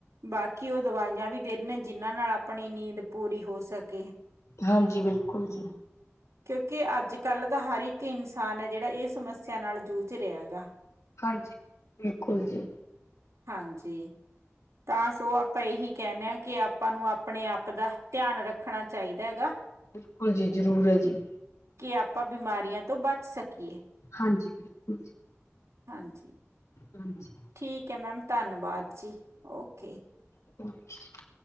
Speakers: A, on the right; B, on the left.
A: ਬਾਕੀ ਉਹ ਦਵਾਈਆਂ ਵੀ ਦਿੰਨੇ ਜਿਨ੍ਹਾਂ ਨਾਲ ਆਪਣੀ ਨੀਂਦ ਪੂਰੀ ਹੋ ਸਕੇ।
B: ਹਾਂਜੀ, ਬਿਲਕੁਲ ਜੀ।
A: ਕਿਉਂਕਿ ਅੱਜ ਕੱਲ੍ਹ ਦਾ ਹਰ ਇੱਕ ਇਨਸਾਨ ਹੈ ਜਿਹੜਾ ਇਹ ਸਮੱਸਿਆ ਨਾਲ ਜੂਝ ਰਿਹਾ ਹੈਗਾ।
B: ਹਾਂਜੀ, ਬਿਲਕੁਲ ਜੀ।
A: ਹਾਂਜੀ, ਤਾਂ ਸੋ ਆਪਾਂ ਇਹੀ ਕਹਿਣੇ ਹਾਂ ਕਿ ਆਪਾ। ਆਪਾਂ ਨੂੰ ਆਪਣੇ ਆਪ ਦਾ ਧਿਆਨ ਰੱਖਣਾ ਚਾਹੀਦਾ ਹੈਗਾ।
B: ਬਿਲਕੁਲ ਜੀ, ਜ਼ਰੂਰ ਹੈ ਜੀ।
A: ਕਿ ਆਪਾਂ ਬਿਮਾਰੀਆਂ ਤੋਂ ਬਚ ਸਕੀਏ।
B: ਹਾਂਜੀ, ਬਿਲਕੁਲ ਜੀ।
A: ਹਾਂਜੀ,
B: ਹਾਂਜੀ।
A: ਠੀਕ ਹੈ, ਮੈਮ ਧੰਨਵਾਦ ਜੀ, ਓਕੇ।
B: <inaudible>